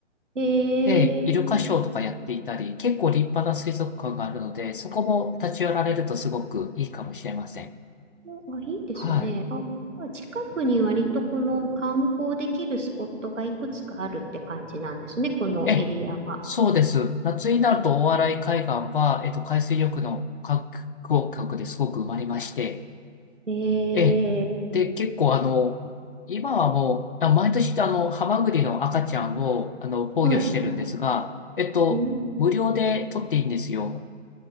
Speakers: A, on the right; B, on the left.
A: ええ
B: で、イルカショーとかやっていたり、結構立派な水族館があるので、そこも立ち寄られるとすごくいいかもしれません。
A: うんあ、いいですね。
B: はい。
A: あ、まあ近くに割とこの観光できるスポットがいくつかあるって感じなんですね、このエリアは。
B: ええ、そうです。夏になると大洗海岸は、えっと、海水浴の観光客ですごく埋まりまして、
A: えー、
B: ええ。で、結構あの、今はもう、あ毎年あの、ハマグリの赤ちゃんを、あの、放魚してるんですが、
A: はい。
B: えっと、
A: ん
B: 無料で取っていいんですよ。